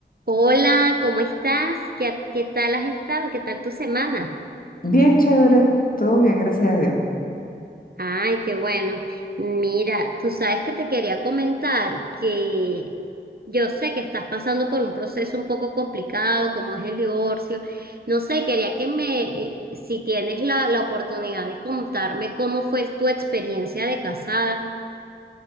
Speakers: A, on the right (about 55°); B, on the left (about 50°).
A: Hola, ¿cómo estás? ¿Qué, qué tal has estado? ¿Qué tal tu semana?
B: Bien, chévere, todo bien, gracias a Dios.
A: Ay, qué bueno. Mira, tú sabes que te quería comentar que yo sé que estás pasando por un proceso un poco complicado, como es el divorcio. No sé, quería que me, eh, si tienes la, la oportunidad de contarme cómo fue tu experiencia de casada.